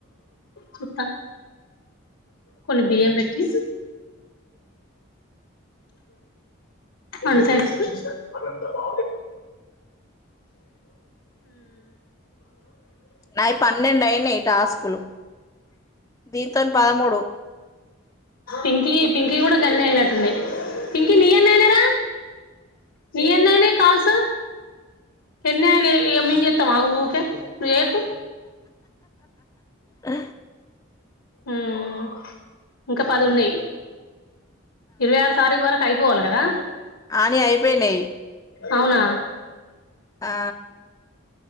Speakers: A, on the left; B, on the left.
A: చుత్త కొన్ని బియ్యం పెట్టి వండితె అదంత భా
B: నాయి పన్నెండు అయినాయి టాస్కులు దీంతో పదమూడు
A: పింకీ పింకీ కూడా గన్నీ అయినట్టునాయ్ పింకీ నీ ఎన్నిఅయినాయ్ రా నీ ఎన్ని అయినారా కాల్స్ ఎన్ని అయినాయి ఇక మేము చేస్తామా ఊకే నువ్వు ఏకు
B: ఆ
A: ఉమ్ ఇంకా పది ఉన్నాయి ఇరువై ఆరు తారీకు వరకు అయిపోవాలి కదా
B: అనియి అయిపోయినాయి
A: అవునా
B: ఆ